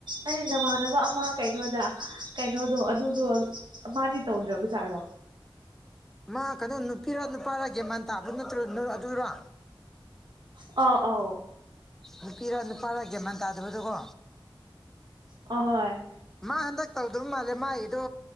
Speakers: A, on the right (about 60°); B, in the centre.
A: ꯑꯩ ꯅꯃꯥꯟꯅꯕ ꯑꯃ ꯀꯩꯅꯣꯗ ꯀꯩꯅꯣꯗꯣ ꯑꯗꯨꯗꯣ ꯃꯥꯗꯤ ꯇꯧꯗ꯭ꯔꯕꯖꯥꯠꯔꯣ
B: ꯃꯥ ꯀꯩꯅꯣ ꯅꯨꯄꯤꯔ ꯅꯨꯄꯥꯔ ꯒꯦꯃꯟ ꯇꯥꯕꯗꯨ ꯅꯠꯇ꯭ꯔꯣ ꯑꯗꯨꯔꯣ
A: ꯑ ꯑꯥꯎ
B: ꯅꯨꯄꯤꯔ ꯅꯨꯄꯥꯔ ꯒꯌꯥꯃꯟ ꯇꯥꯗꯕꯗꯨꯀꯣ
A: ꯑꯍꯣꯏ
B: ꯃꯥ ꯍꯟꯗꯛ ꯇꯧꯗꯕ ꯃꯥꯜꯂꯦ ꯃꯥꯒꯤꯗꯣ